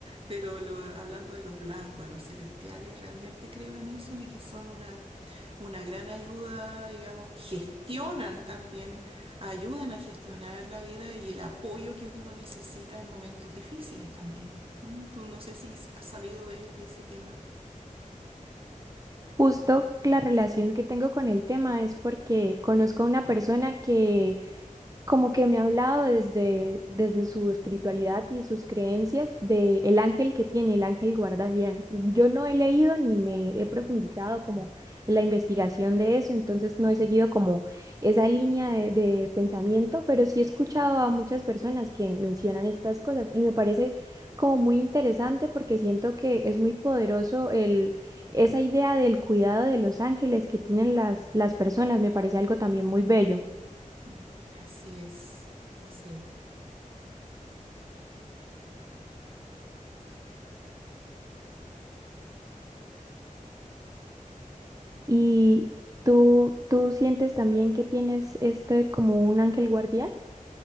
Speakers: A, on the right; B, on the right.
A: pero lo- hablando de los blancos, de los celestiales, realmente creo en eso y que son una una gran ayuda, digamos, gestionan también, ayudan a gestionar la vida y el apoyo que uno necesita en momentos difíciles también. ¿Mm? Tú no sé si has sabido de, de ese tema.
B: Justo la relación que tengo con el tema es porque conozco a una persona que como que me ha hablado desde, desde su espiritualidad y sus creencias de el ángel que tiene, el ángel guardián. Yo no he leído ni me he profundizado como en la investigación de eso, entonces no he seguido como esa línea de, de pensamiento, pero sí he escuchado a muchas personas que mencionan estas cosas y me parece como muy interesante porque siento que es muy poderoso el, esa idea del cuidado de los ángeles que tienen las, las personas, me parece algo también muy bello.
A: Mm, Así es, así es.
B: ¿Y tú, tú sientes también que tienes este como un ángel guardián?